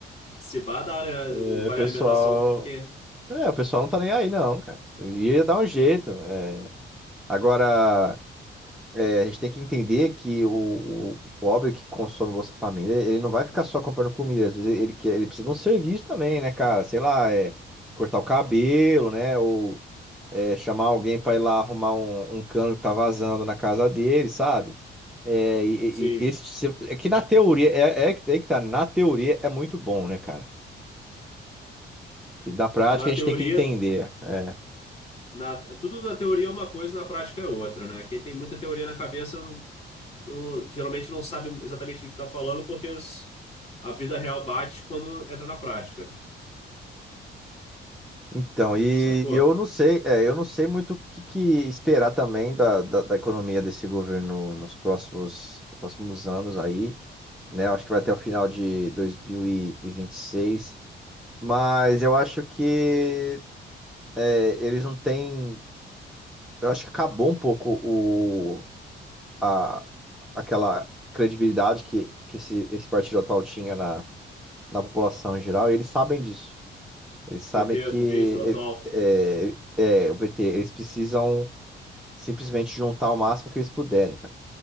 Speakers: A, on the left (about 30°); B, in the centre.
A: se vá da área,
B: É,
A: o vale
B: pessoal
A: alimentação, porque,
B: É, o pessoal não tá nem aí, não, cara. Ia dar um jeito. é. Agora, é, a gente tem que entender que o, o- o pobre que consome Bolsa Família, ele não vai ficar só comprando comida. Às vezes ele, quer, ele precisa de um serviço também, né, cara? Sei lá, é, cortar o cabelo, né? Ou é, chamar alguém pra ir lá arrumar um, um cano que tá vazando na casa dele, sabe? É, e,
A: sim,
B: e- e esse, se- é que na teoria, é, é que é que tá, na teoria é muito bom, né, cara? E da prática
A: na
B: a
A: teoria,
B: gente tem que entender. é.
A: na, tudo na teoria é uma coisa, na prática é outra, né? Quem tem muita teoria na cabeça, não- não- geralmente não sabe exatamente do que está falando, porque os- a vida real bate quando entra na prática,
B: Então, e,
A: sacou?
B: e eu não sei, é, eu não sei muito o que, que esperar também da, da, da economia desse governo nos próximos, próximos anos aí, né? Eu Acho que vai até o final de 2026, mas eu acho que é, eles não têm, eu acho que acabou um pouco o, a, aquela credibilidade que, que esse, esse partido atual tinha na, na população em geral, e eles sabem disso. Eles sabem
A: PT,
B: que
A: tu diz, o atual,
B: é, é, o PT, eles precisam simplesmente juntar o máximo que eles puderem, cara.